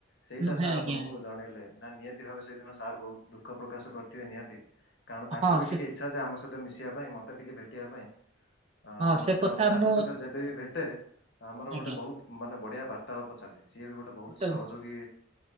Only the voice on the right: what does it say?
ନୁହେଁ
ଆଜ୍ଞା
ହଁ
ସେ
ହଁ
ସେ
କଥା
ମୁଁ
ଆଜ୍ଞା
ତ